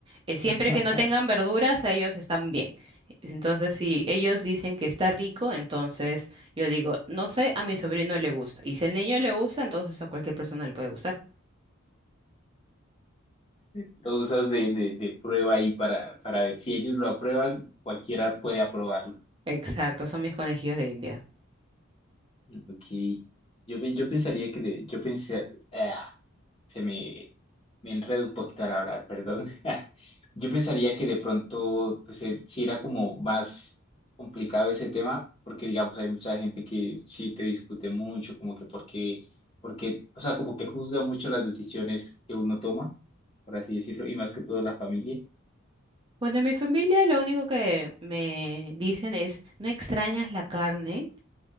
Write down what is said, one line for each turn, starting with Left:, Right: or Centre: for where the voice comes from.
Right: Eh, siempre
Left: <laughs>
Right: que no tengan verduras, a ellos están bien. Entonces, si ellos dicen que está rico, entonces yo digo, no sé, a mi sobrino le gusta. Y si al niño le gusta, entonces a cualquier persona le puede gustar.
Left: Lo usas de, de, de prueba ahí para, para ver si ellos lo aprueban, cualquiera puede aprobarlo.
Right: Exacto, son mis conejillos de India.
Left: Ok. Yo, pe- yo pensaría que de- yo pensé, ah, se me, me enredo un poquito al hablar, perdón. <laughs> Yo pensaría que de pronto, pues eh, sí era como más complicado ese tema, porque digamos, hay mucha gente que sí te discute mucho, como que porque, porque, o sea, como que juzga mucho las decisiones que uno toma, por así decirlo, y más que todo la familia.
Right: Bueno, en mi familia lo único que me dicen es, ¿no extrañas la carne?